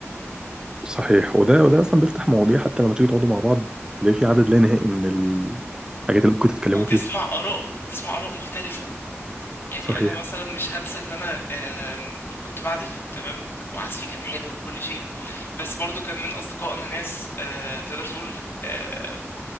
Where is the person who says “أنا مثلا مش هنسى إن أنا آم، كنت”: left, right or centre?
Left